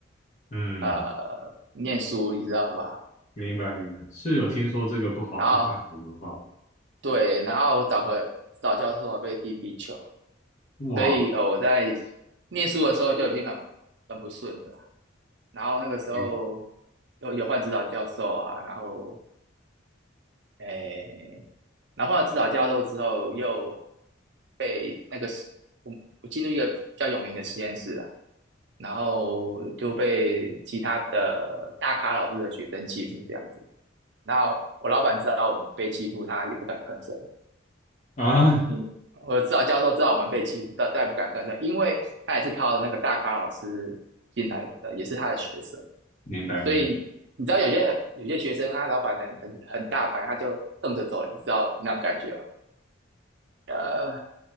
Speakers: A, on the left; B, on the right.
A: 嗯，
B: 呃念书，你知道吧？
A: 明白明白，是有听说这个不好不太好的话，
B: 然后对，然后我找个指导教授被踢皮球，
A: 哇，
B: 所以呃我在念书的时候就已经很很不顺了啦，然后那个时候
A: 明
B: 有有换指导教授啊，然后。诶，然后后来指导教授之后，又被那个实我我进入一个比较有名的实验室啊，然后就被其他的大咖老师的学生欺负这样子。然后我老板知道我们被欺负，他也不敢吭声。
A: 啊，
B: 你我指导教授知道我们被欺负，但但也不敢吭声，因为他也是靠那个大咖老师进来的，也是他的学生，
A: 明白明白，
B: 所以你知道有些有些学生他老板很很很大牌，他就瞪着走，你知道那种感觉啊？呃，